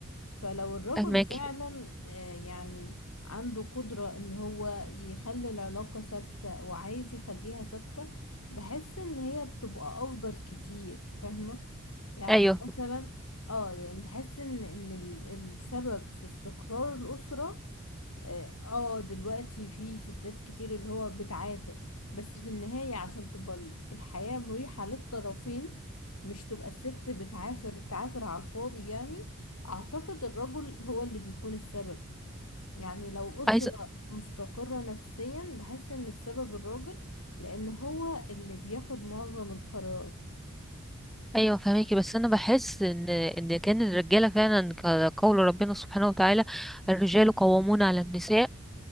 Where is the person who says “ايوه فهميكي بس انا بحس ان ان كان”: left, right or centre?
Centre